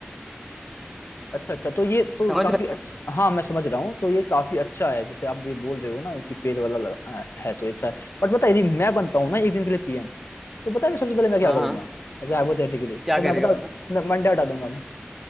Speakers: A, on the left; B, in the centre.
A: अच्छा अच्छा तो ये तो
B: समझ
A: काफी
B: रहे
A: अच्छा हाँ मैं समझ रहा हूँ तो ये काफी अच्छा है जैसे आप भी बोल रहे हो ना कि पेड़ वाला लगा, अ, है तो अच्छा है बट बता यदि मैं बनता हूँ ना एक दिन के लिए पीएम तो पता है मैं सबसे पहले मैं क्या
B: हैं? हाँ
A: करूंगा
B: हाँ
A: एज हाइपोथेटिकली
B: क्या
A: तो
B: करेगा
A: मैं पता
B: बता
A: मैं मंडे हटा दूंगा मैं